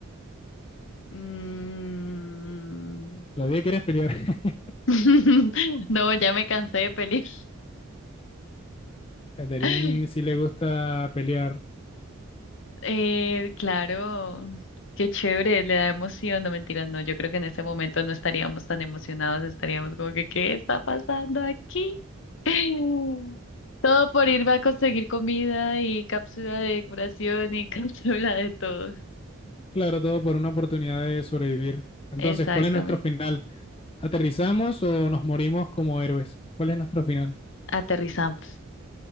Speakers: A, on the left; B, on the left.
A: mm.
B: Todavía quieres pelear. <laughs>
A: <laughs> No, ya me cansé de pelear.
B: Catherine
A: <laughs>
B: sí le gusta pelear.
A: Eh, claro, qué chévere, le da emoción, no mentiras, no, yo creo que en ese momento no estaríamos tan emocionados, estaríamos como que, ¿qué está pasando aquí? <laughs> Todo por ir a conseguir comida y cápsula de curación y <laughs> cápsula de todo.
B: Claro, todo por una oportunidad de sobrevivir. Entonces,
A: Exactamente.
B: ¿cuál es nuestro final? ¿Aterrizamos o nos morimos como héroes? ¿Cuál es nuestro final?
A: Aterrizamos